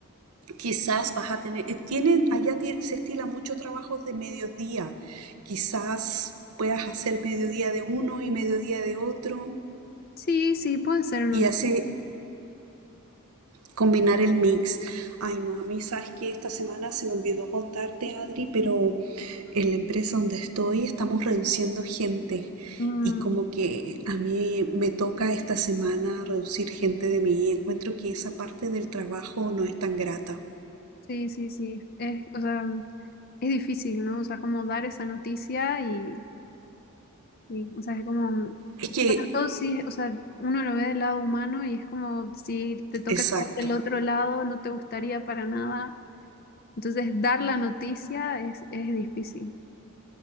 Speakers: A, on the right; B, on the left.
A: quizás vas a tener, eh, tienen, allá tie- se estila mucho trabajos de mediodía, quizás puedas hacer mediodía de uno y mediodía de otro.
B: Sí, sí, puede ser una
A: Y
B: opción.
A: así, combinar el mix. Ay, no, a mí sabes que esta semana se me olvidó contarte, Adri, pero en la empresa donde estoy estamos reduciendo gente
B: Mm,
A: y como que a mí me toca esta semana reducir gente de mí y encuentro que esa parte del trabajo no es tan grata.
B: sí, sí, sí. Es, o sea, es difícil, ¿no? O sea, como dar esa noticia y, y, o sea, es como
A: Es que,
B: No, sí, o sea, uno lo ve del lado humano y es como si te toca
A: exacto.
B: estar del otro lado, no te gustaría para nada. Entonces, dar la noticia es, es difícil.